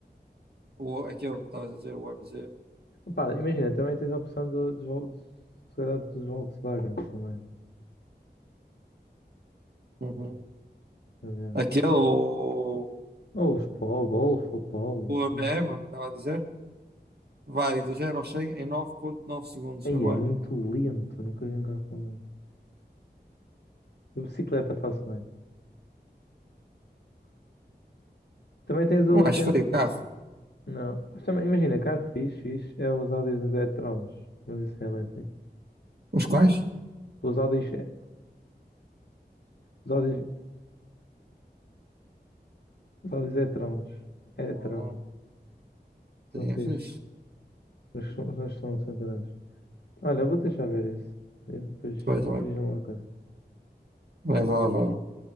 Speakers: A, on the right (about 65°); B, on the left (about 70°).
A: O, aquele que estavas a dizer, o MZ.
B: Pá, imagina, também tens a opção do, dos vol- se calhar dos Volkswagen também.
A: Uhum.
B: a ver.
A: Aquele, o,
B: Ou os Polo, Golf ou Polo,
A: o
B: assim.
A: ABM, estava a dizer, vai do zero ao 100 em nove vírgula nove segundos.
B: Aí
A: É bom.
B: é muito lento, nunca vi um carro tão lento. A bicicleta faço bem. Também tens o.
A: Não acho
B: Tens...
A: feio o carro.
B: Não. Mas também, imagina, carro fixe, fixe é os Audis e-trons, mas isso é elétrico.
A: Os quais?
B: Os Audis, é, os Audis, os Audis e-trons, e-tron,
A: Ah,
B: são
A: sim,
B: fixe,
A: é fixe.
B: mas são, mas são centrais. Olha, eu vou deixar ver isso. E Depois,
A: Vai, vai.
B: depois diz-me uma coisa.
A: Vai, vai, vai.